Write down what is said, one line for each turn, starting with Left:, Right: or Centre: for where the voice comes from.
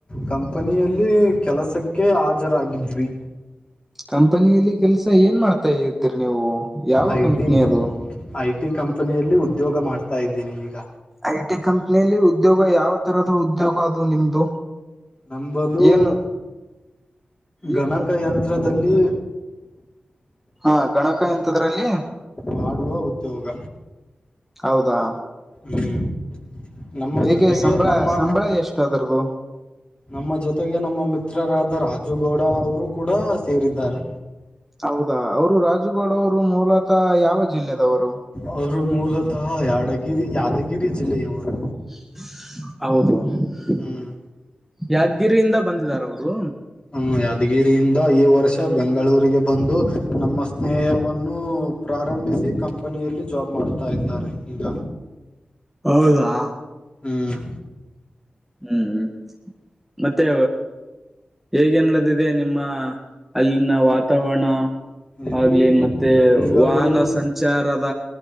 Left: ಕಂಪನಿಯಲ್ಲಿ ಕೆಲಸಕ್ಕೆ, ಹಾಜರಾಗಿದ್ವಿ.
Centre: ಕಂಪನಿಯಲಿ ಕೆಲ್ಸ ಏನ್ ಮಾಡ್ತಾ ಇದ್ರಿ ನೀವು ಯಾವ
Left: ಐ
Centre: ಕಂಪನಿ
Left: ಟಿ
Centre: ಅದು.
Left: ಐ ಟಿ ಕಂಪನಿಯಲ್ಲಿ ಉದ್ಯೋಗ ಮಾಡ್ತಾ ಇದ್ದೀನಿ ಈಗ.
Centre: ಐ ಟಿ ಕಂಪ್ನಿಯಲ್ಲಿ ಉದ್ಯೋಗ ಯಾವ ತರದ ಉದ್ಯೋಗ ಅದು ನಿಮ್ದು.
Left: ನಮ್ಮದು
Centre: ಏನು
Left: ಗಣಕಯಂತ್ರದಲ್ಲಿ,
Centre: ಏನು ಹ ಗಣಕಯಂತ್ರದಲ್ಲಿ.
Left: ಮಾಡುವ ಉದ್ಯೋಗ
Centre: ಹೌದಾ
Left: ಹ್ಮ್ ನಮ್ಮ
Centre: ಹೇಗೆ
Left: ಜೊತೆಗೆ
Centre: ಸಂಬಳ
Left: ನಮ್ಮ
Centre: ಸಂಬಳ ಎಷ್ಟು ಅದರದು
Left: ನಮ್ಮ ಜೊತೆಗೆ ನಮ್ಮ ಮಿತ್ರರಾದ ರಾಜು ಗೌಡ ಅವರು ಕೂಡ ಸೇರಿದ್ದಾರೆ.
Centre: ಹೌದಾ ಅವರು ರಾಜುಗೌಡ ಅವರು ಮೂಲತಃ ಯಾವ ಜಿಲ್ಲೆದವರು.
Left: ಅವರು ಮೂಲತಃ ಯಾದಗಿರಿ ಯಾದಗಿರಿ ಜಿಲ್ಲೆಯವರು.
Centre: <unintelligible>
Left: ಹ್ಮ್.
Centre: ಯಾದಿಗಿರಿಯಿಂದ ಬಂದಿದಾರ ಅವರು.
Left: ಹ್ಮ ಯಾದಗಿರಿಯಿಂದ ಈ ವರ್ಷ ಬೆಂಗಳೂರಿಗೆ ಬಂದು ನಮ್ಮ ಸ್ನೇಹವನ್ನು. ಪ್ರಾರಂಭಿಸಿ ಕಂಪನಿಯಲ್ಲಿ ಜಾಬ್ ಮಾಡ್ತಾ ಇದ್ದಾರೆ ಈಗ.
Centre: ಹೌದಾ.
Left: ಹ್ಮ್.
Centre: ಹ್ಮ್ ಮತ್ತೆ. ಹೇಗೆ ನಡಿದಿದೆ ನಿಮ್ಮ ಅಲ್ಲಿನ ವಾತಾವರಣ.
Left: ಇಲ್ಲಿ
Centre: ಆಗ್ಲಿ ಮತ್ತೆ
Left: ಬೆಂಗಳೂರು
Centre: ವಾಹನ ಸಂಚ್. ವಿಚಾರದ